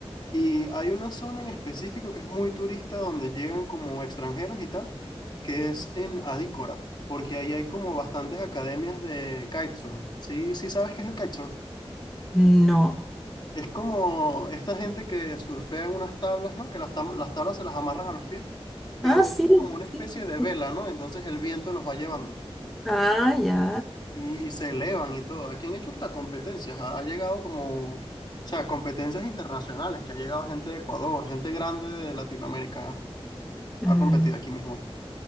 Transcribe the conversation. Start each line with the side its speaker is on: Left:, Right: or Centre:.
Left: Y hay una zona en específico que es muy turista donde llegan como extranjeros y tal, que es en Adícora, porque ahí hay como bastantes academias de kitesurf. Sí, sí sabes qué es el kitesurf.
Centre: No.
Left: Es como esta gente que surfea en unas tablas, ¿no? Que las, tam- las tablas se las amarran a los pies, pero
Centre: Ah, sí,
Left: usan como una
Centre: sí,
Left: especie de
Centre: sí.
Left: vela, ¿no? Entonces el viento los va llevando
Centre: Ah, ya.
Left: y, y se elevan y todo. Aquí han hecho hasta competencias, ha ha llegado como... O sea, competencias internacionales, que ha llegado gente de Ecuador, gente grande de Latinoamérica. Ha
Centre: Mm.
Left: competido aquí mismo.